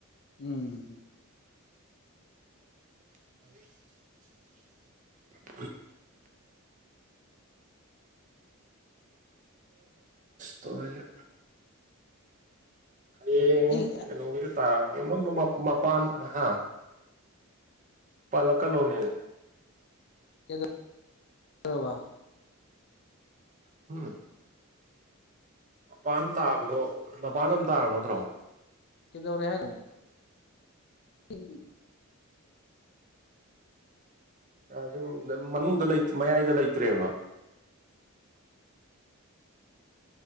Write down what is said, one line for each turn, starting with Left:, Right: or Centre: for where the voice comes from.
Left: ꯎꯝ
Right: <inaudible> <inaudible> ꯇꯧꯔꯤꯖꯦ ꯍꯌꯦꯡ
Left: ꯑꯩ
Right: ꯀꯩꯅꯣꯗ ꯇꯥꯔꯒꯕ ꯃꯥ ꯃ ꯃꯄꯥꯟ ꯍꯥ ꯄꯜꯂꯛ ꯀꯅꯣꯃꯤ
Left: <inaudible>
Right: ꯍꯝ ꯃꯄꯥꯟ ꯇꯥꯕꯗꯣ ꯃꯄꯥꯟꯗ ꯑꯗꯨꯝ ꯇꯥꯔꯕ ꯅꯠꯇ꯭ꯔꯣ
Left: ꯀꯩꯗꯧꯔꯦ ꯍꯥꯏꯅꯣ <unintelligible>
Right: ꯁꯨꯝ ꯃꯅꯨꯡꯗ ꯂꯩꯠ ꯃꯌꯥꯏꯗ ꯂꯩꯇ꯭ꯔꯦꯕ